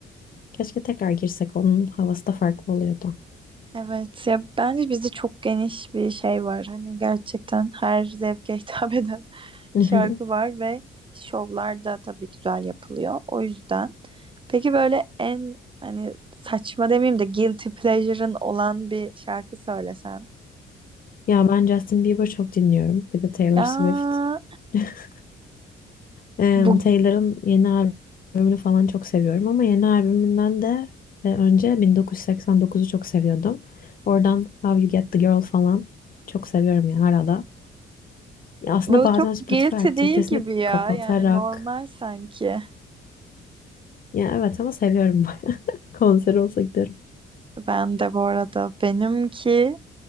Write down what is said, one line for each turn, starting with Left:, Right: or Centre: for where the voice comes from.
Left: Keşke tekrar girsek onun havası da farklı oluyordu.
Right: Evet ya bence bizde çok geniş bir şey var. Hani gerçekten her zevke hitap <laughs> eden.
Left: <laughs>
Right: şarkı var ve şovlar da tabii güzel yapılıyor. O yüzden. Peki böyle en hani saçma demeyeyim de guilty pleasure'ın olan bir şarkı söylesen.
Left: Ya ben Justin Bieber çok dinliyorum. Bir de Taylor
Right: Aa,
Left: Swift. <laughs> Em,
Right: bu
Left: Taylor'ın yeni albümünü falan çok seviyorum ama yeni albümünden de e, önce 1989'u çok seviyordum. Oradan How You Get the Girl falan çok seviyorum ya hala da. Ya aslında
Right: bu
Left: bazen
Right: çok
Left: Spotify
Right: guilty
Left: aktivitesini
Right: değil gibi ya.
Left: kapatarak
Right: Yani normal sanki.
Left: ya evet ama seviyorum <laughs> konser olsa giderim.
Right: Ben de bu arada benimki